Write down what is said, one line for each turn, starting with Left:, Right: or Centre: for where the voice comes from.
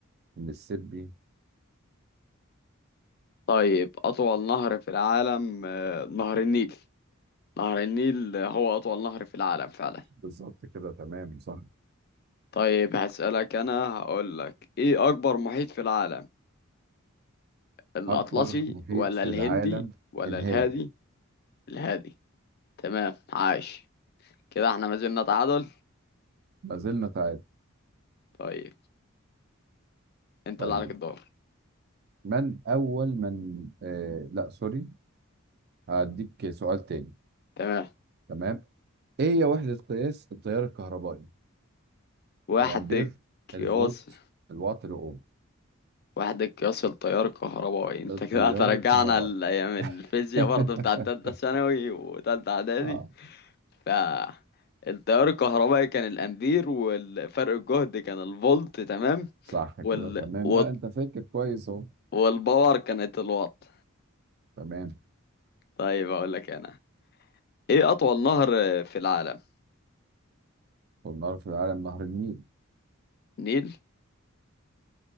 Right: المسيسيبي
Left: طيب أطول نهر في العالم آه، نهر النيل نهر النيل هو أطول نهر في العالم فعلا
Right: بالظبط كده تمام صح
Left: طيب هسألك أنا هقول لك إيه أكبر محيط في العالم الأطلسي
Right: اكبر محيط
Left: ولا
Right: في
Left: الهندي
Right: العالم
Left: ولا
Right: الهادي
Left: الهادي الهادي تمام عاش كده احنا ما زلنا تعادل
Right: ما زلنا تعادل
Left: طيب انت
Right: طيب
Left: اللي عليك الدور
Right: من اول من آه لا سوري هديك سؤال تاني
Left: تمام
Right: تمام ايه هي وحدة قياس التيار الكهربائي؟
Left: وحدك
Right: الامبير، الفولت،
Left: قياس
Right: الوات، الاوم.
Left: وحدك قياس التيار الكهربائي انت
Right: التيار
Left: كده هترجعنا
Right: الكهربائي.
Left: لأيام الفيزياء
Right: <laughs>
Left: برضه بتاعت تالتة ثانوي وتالتة إعدادي
Right: اه
Left: فالتيار الكهربائي كان الامبير والفرق الجهد كان الفولت تمام
Right: صح كده
Left: وال...
Right: تمام
Left: وال...
Right: لا انت فاكر كويس اهو
Left: والباور كانت الوات
Right: تمام
Left: طيب اقول لك انا ايه اطول نهر في العالم
Right: والنار في العالم نهر النيل
Left: نيل